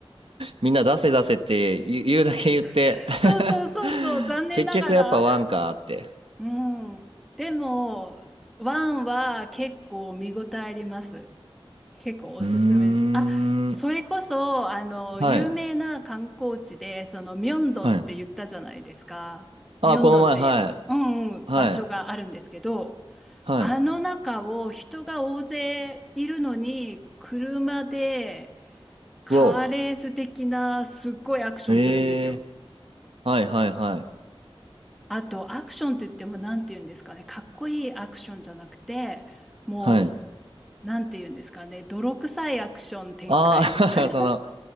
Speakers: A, on the right; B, in the centre.
A: みんな出せ出せって言う、言うだけ言って
B: <laughs> そうそうそうそう、
A: <laughs>
B: 残念ながら。
A: 結局やっぱワンかーって
B: うん。でも、1は結構見応えあります。結構おすすめです。
A: <laughs> うーん。
B: あ、それこそ、あの、
A: はい。
B: 有名な観光地で、その、ミョンドンって言ったじゃないですか。
A: はい。あ、
B: ミョンドンっていう、
A: この前、はい。
B: うんうん、場所があるんですけど、
A: はい。はい。
B: あの中を人が大勢いるのに、車でカーレース的なすっごいアクションするんですよ。
A: うお。ええー。はい、はい、はい。
B: あと、アクションといっても、なんて言うんですかね、かっこいいアクションじゃなくて、も
A: はい。
B: う、なんて言うんですかね、泥臭いアクション展開みたいな
A: ああ、<laughs> その、